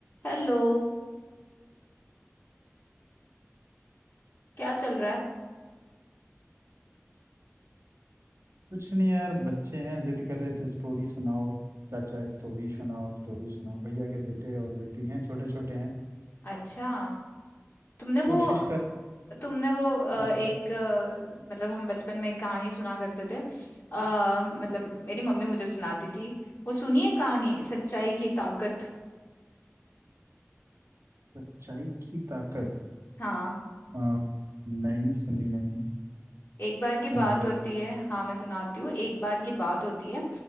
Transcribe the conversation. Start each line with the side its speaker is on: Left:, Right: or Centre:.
Left: Hello क्या चल रहा है
Right: कुछ नहीं यार बच्चे हैं जिद कर रहे थे स्टोरी सुनाओ चाचा स्टोरी सुनाओ स्टोरी सुनाओ भैया के बेटे और बेटी हैं छोटे छोटे हैं
Left: अच्छा तुमने
Right: कोशिश
Left: वो
Right: कर
Left: तुमने वो अ,
Right: हाँ,
Left: एक अ, मतलब हम बचपन में एक कहानी सुना करते थे आ, मतलब मेरी मम्मी मुझे सुनाती थी वो सुनिए कहानी सच्चाई की ताकत
Right: सच्चाई की ताकत
Left: हाँ
Right: हाँ, नहीं सुनी नहीं
Left: एक बार की बात
Right: सुना दो
Left: होती
Right: यार
Left: है हाँ मैं सुनाती हूँ एक बार की बात होती है